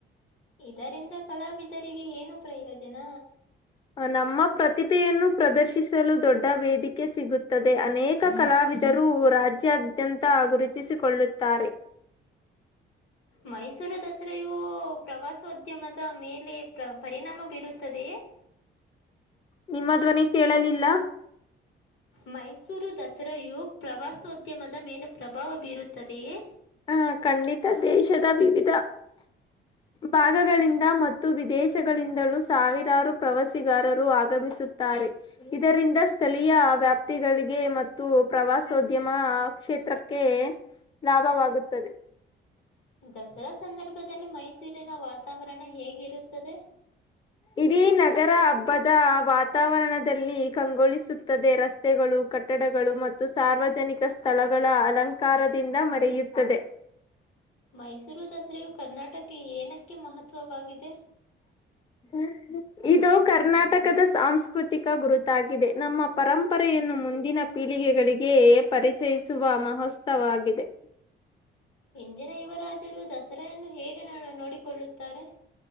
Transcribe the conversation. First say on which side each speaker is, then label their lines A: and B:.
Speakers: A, on the left; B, on the left.
A: ಇದರಿಂದ ಕಲಾವಿದರಿಗೆ ಏನು ಪ್ರಯೋಜನ
B: ನಮ್ಮ ಪ್ರತಿಭೆಯನ್ನು ಪ್ರದರ್ಶಿಸಲು ದೊಡ್ಡ ವೇದಿಕೆ ಸಿಗುತ್ತದೆ ಅನೇಕ್ ಕ್ಕ ಕಲಾವಿದರು ರಾಜ್ಯಾದ್ದ್ಯಾಂತ ಗುರುತಿಸಿಕೊಳ್ಳುತ್ತಾರೆ
A: ಮೈಸೂರು ದಸರೆಯು ಪ್ರವಾಸೋದ್ಯಮದ ಮೇಲೆ ಪ್ರ ಪರಿಣಾಮ ಬೀರುತ್ತದೆಯೆ
B: ನಿಮ್ಮ ಧ್ವನಿ ಕೇಳಲಿಲ್ಲ
A: ಮೈಸೂರು ದಸರೆಯು ಪ್ರವಾಸೋದ್ಯಮದ ಮೇಲೆ ಪ್ರಬಾವ ಬೀರುತ್ತದೆಯೇ
B: ಹ ಖಂಡಿತ ದೇಶದ ವಿವಿಧ ಭಾಗಗಳಿಂದ ಮತ್ತು ವಿದೇಶಗಳಿಂದಲು ಸಾವಿರಾರು ಪ್ರವಾಸಿಗಾರರು ಆಗಮಿಸುತ್ತಾರೆ ಇದರಿಂದ ಸ್ಥಳೀಯಾ ವ್ಯಾಪ್ತಿಗಳಿಗೆ ಮತ್ತು ಪ್ರವಾಸೋದ್ಯಮಾ ಕ್ಷೇತ್ರಕ್ಕೇ ಲಾಭವಾಗುತ್ತದೆ
A: ದಸರಾ ಸಂದರ್ಭದಲ್ಲಿ ಮೈಸೂರಿನ ವಾತಾವರಣ ಹೇಗಿರುತ್ತದೆ <unintelligible>
B: ಇಡೀ ನಗರ ಹಬ್ಬದ ವಾತಾವರಣದಲ್ಲಿ ಕಂಗೊಳಿಸುತ್ತದೆ ರಸ್ತೆ <unintelligible> ರಸ್ತೆಗಳು ಕಟ್ಟಡಗಳು ಮತ್ತು ಸಾರ್ವಜನಿಕ ಸ್ಥಳಗಳ ಅಲಂಕಾರದಿಂದ ಮರೆಯುತ್ತದೆ <unintelligible>
A: ಮೈಸೂರು ದಸರೆಯು ಕರ್ನಾಟಕ ಏನಕ್ಕೆ ಮಹತ್ವವಾಗಿದೆ <unintelligible>
B: ಹ್ಮ <unintelligible> ಇದು ಕರ್ನಾಟಕದ ಸಾಂಸ್ಕೃತಿಕ ಗುರುತಾಗಿದೆ ನಮ್ಮ ಪರಂಪರೆಯನ್ನು ಮುಂದಿನ <unintelligible> ಪೀಳಿಗೆಗಳಿಗೆ ಪರಿಚಯಿಸುವ ಮಹೋತ್ಸವಾಗಿದೆ <unintelligible>
A: ಇಿಂದಿನ ಯುವರಾಜರು ದಸರೆಯನ್ನು ಹೇಗೆ ನ ನೋಡಿಕೊಳ್ಳುತ್ತಾರೆ <unintelligible>